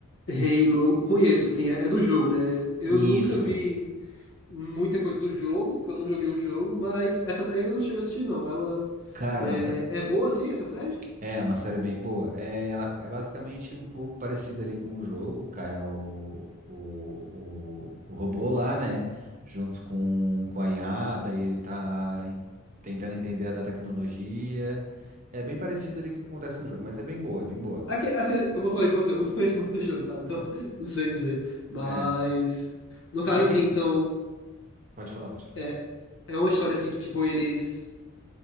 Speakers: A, on the left (about 65°); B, on the right (about 35°).
A: Halo, conheço, assim, é, é do jogo, né? Eu
B: Isso,
A: nunca vi muita coisa do jogo, que eu não joguei o jogo, mas essa série eu ainda não cheguei a assistir, não. Ela
B: cara,
A: é,
B: uma sé-
A: é boa, assim, essa série?
B: é uma série bem boa. É, ela é basicamente um pouco parecida ali com o jogo, cara, é o, o, o, o robô lá, né? Junto com, com a IA, daí ele tá en- tentando entender a da tecnologia. É bem parecido ali com o que acontece no jogo, mas é bem boa, é bem boa.
A: Aqui, assim, como eu falei pra você, eu não <laughs> conheço muito do jogo, sabe? Então, <laughs> não sei dizer. Mas,
B: É,
A: no caso,
B: é que.
A: assim, então,
B: Pode falar, pode falar.
A: é, é uma história, assim, que, tipo, eles...